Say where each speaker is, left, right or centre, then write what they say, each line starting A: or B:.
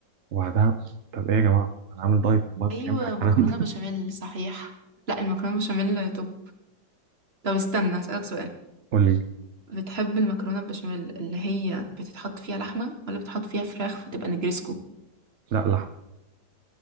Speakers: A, on the right; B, on the right.
A: وبعدها طب ايه يا جماعه انا عامل دايت والله
B: ايوه
A: مش هينفع الكلام
B: مكرونه
A: ده
B: بشاميل صحيح لا المكرونه بشاميل توب طب استنى اسالك سؤال
A: <laughs> قول لي
B: بتحب المكرونة البشاميل اللي هي بتتحط فيها لحمة ولا بتحط فيها فراخ فتبقى نجريسكو
A: لا